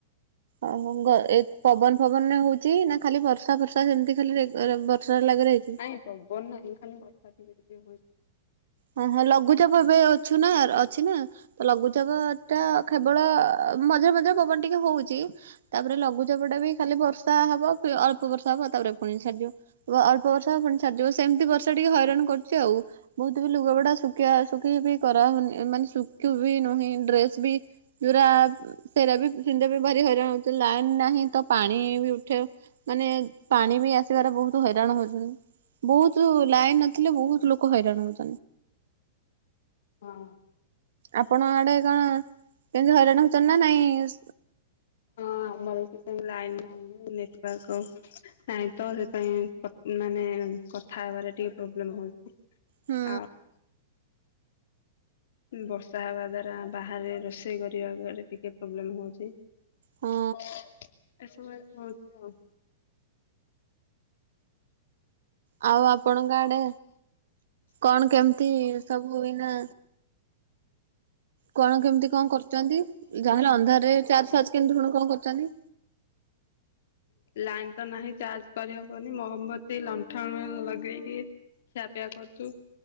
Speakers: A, on the right (about 70°); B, on the left (about 55°).
A: ଓହୋ ଏ ଗ ପବନ ଫବନ ହଉଛି ନା ଖାଲି ବର୍ଷା ଫର୍ଷା ସେମିତି ଖାଲି ରେ ଗ ରେ ବର୍ଷା ଲାଗି ରହିଛି?
B: ନାଇଁ ପବବ ନାହିଁ ଖାଲି ବର୍ଷା ଟିକେ ଟିକେ ହଉଚି।
A: ହଁ ହଁ ଲଘୁଚାପ ଏବେ ଅଛୁ ନା ଅଛି ନା। ତ ଲଘୁଚାପ ଟା କେବଳ ମଝିରେ ମଝିରେ ପବନ ଟିକେ ହଉଛି। ତାପରେ ଲଘୁଚାପଟ ଟା ବି ଖାଲି ବର୍ଷା ହବ ଅଳ୍ପ ବର୍ଷା ହବ ତାପରେ ପୁଣି ସାରିଯିବ। ଅଳ୍ପ ବର୍ଷା ପୁଣି ଛାଡିଜିବ ସେମିତି ବର୍ଷା ଟିକେ ହଇରାଣ କରୁଛି ଆଉ। ଏତେ ବି ଲୁଗାପଟା ଶୁଖିବା ଶୁଖି ବି କରାହଉନି ମାନେ ଶୁଖୁ ବିି ନୁହିଁ ଡ୍ରେସ ବି ଯୌରା ସେଟା ପିନ୍ଧିବାକୁ ଭାରି ହଇରାଣ ହଉଚନ୍ତି ଲାଇନ ନାହିଁ ତ ପାଣି ବି ଉଠେ ମାନେ ପାଣି ବି ଆସିବାରେ ବହୁତ ହଇରାଣ ହଉଛନ୍ତି। ବହୁତ୍ ଲାଇନ ନଥିଲେ ବହୁତ୍ ଲୋକ ହଇରାଣ ହ
B: ହଁ।
A: ଆପଣ ଆଡେ କଣ ଏମ୍ ତି ହଇରାଣ ହଉଛନ୍ତି ନା ନାଇଁ?
B: ହଁ ଆମର ଲାଇନ ନାଇ ନେଟୱାର୍କ ନାଇଁ ତ ସେପାଇ ମାନେ କଥା ହେବାରେ ଟିକେ ପ୍ରୋବ୍ଲେମ ହଉଛି। ହ
A: ହୁଁ
B: <unintelligible> ବର୍ଷା ହେବା ଦ୍ୱାରା ବାହାରେ ରୋଷେଇ କରିବାରେ ଟିକେ ପ୍ରୋବ୍ଲେମ୍ ହଉଛି।
A: ହଁ
B: <unintelligible> ହଉଛି ଆଉ
A: ଆଉ ଆପଣଙ୍କ ଆଡ଼େ କଣ କେମିତି ସବୁ ଏଇନା କଣ କେମିତି କଣ କରୁଛନ୍ତି ଯାହାହେଲେ ଅନ୍ଧାରରେ ଚର୍ଜ ଫାର୍ଜ କେମିତି ହୁଣ କଣ କରୁଛନ୍ତି?
B: ଲାଇନ୍ ତ ନାହିଁ ଚାର୍ଜ କରିହବନି ମହମବତି ଲଣ୍ଠନ ଲଗେଇକି ଖିଆପିଆ କରୁଛୁ।